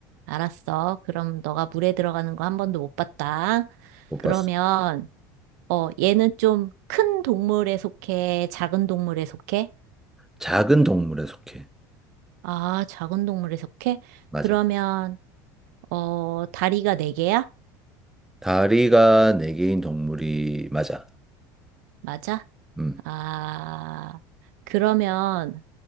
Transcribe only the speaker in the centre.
못
봤어.
작은 동물에 속해.
맞아.
다리가 네 개인 동물이 맞아.
음.